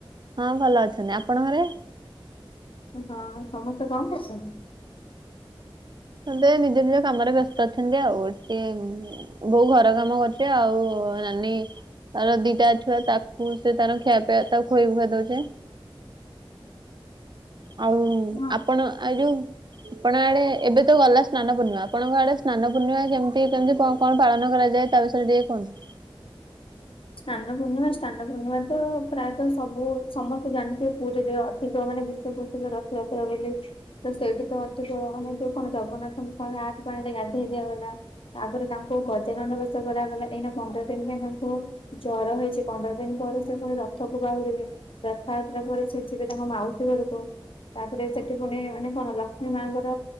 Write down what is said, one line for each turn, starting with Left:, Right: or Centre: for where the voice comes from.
Right: ହଁ ଭଲ ଅଛନ୍ତି ଆପଣଙ୍କ ଘରେ?
Left: ହଁ ସମସ୍ତେ କଣ କରୁଛନ୍ତି?
Right: ଏବେ ନିଜ ନିଜ କାମରେ ବ୍ୟସ୍ତ ଅଛନ୍ତି ଆଉ ଟିକେ ବୋଉ ଘର କାମ କରୁଛି ଆଉ ନାନୀ ତାର ଦିଟା ଛୁଆ ତାକୁ ସେ ତାର ଖିଆ ପିଆ ତାକୁ ଖୁଆଇ ପିଆଇ ଦଉଛି।
Left: <inaudible>
Right: ଆଉ
Left: ହଁ
Right: ଆପଣ ଆ ଯୋଉ ଆପଣ ଆଡେ ଏବେ ତ ଗଲା ସ୍ନାନ ପୂର୍ଣିମା ଆପଣଙ୍କ ଆଡେ ସ୍ନାନ ପୂର୍ଣ୍ଣିମା କେମିତି କେମିତି କଣ କଣ ପାଳନ କରାଯାଏ? ତା ବିଷୟରେ ଟିକେ କୁହନ୍ତୁ।
Left: <inaudible> ସ୍ନାନ ପୂର୍ଣ୍ଣିମା ସ୍ନାନ ପୂର୍ଣ୍ଣିମା ତ ପ୍ରାୟତଃ ସବୁ ସମସ୍ତେ ଜାଣିଥିବେ ପୁରୀରେ ଅଧିକ ମାନେ ବିଶେଷ ପ୍ରସିଦ୍ଧ ରଥଯାତ୍ରା ବୋଲି ତ ସେଇଠି ତ ଅଧିକ ମାନେ ଯୋଉ କଣ ଜଗନ୍ନାଥଙ୍କ ଶହେ ଆଠ ପାଣିରେ ଗା ଧେଇ ଦିଆଗଲା ତାପରେ ତାଙ୍କୁ ଗଜାନନ ବେଶ କରାଗଲା ଏଇନା ପନ୍ଦର ଦିନ ପାଇଁ ତାଙ୍କୁ ଜର ହେଇଛି ପନ୍ଦର ଦିନ ପରେ ସେ ପୁଣି ରଥକୁ ବାହୁଡିବେ ରଥଯାତ୍ରା ପରେ ସେ ଯିବେ ତାଙ୍କ ମାଉସୀ ଙ୍କ ଘରକୁ। ତାପରେ ସେଠି ପୁଣି ମାନେ କଣ ଲକ୍ଷ୍ମୀ ମାଙ୍କର